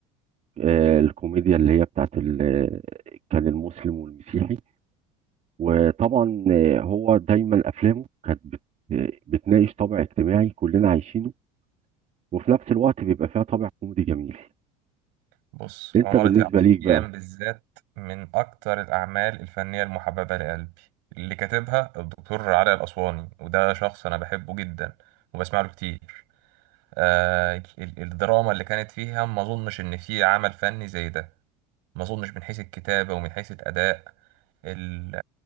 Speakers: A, on the right (about 40°); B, on the right (about 75°).
A: آه، الكوميديا اللي هي بتاعت ال- كان المسلم والمسيحي وطبعا آه، هو دايما أفلامه كانت بت- بتناقش طابع اجتماعي كلنا عايشينه وفي نفس الوقت بيبقى فيها طابع كوميدي جميل
B: بص
A: انت
B: عمارة
A: بالنسبة
B: يعقوبيان
A: ليك بقى
B: بالذات من اكتر الاعمال الفنية المحببة لقلبي اللي كاتبها الدكتور علي الاسواني وده شخص انا بحبه جدا وبسمع له كتير آه ال- ال- الدراما اللي كانت فيها ما اظنش ان في عمل فني زي ده ما اظنش من حيث الكتابة ومن حيث الاداء ال-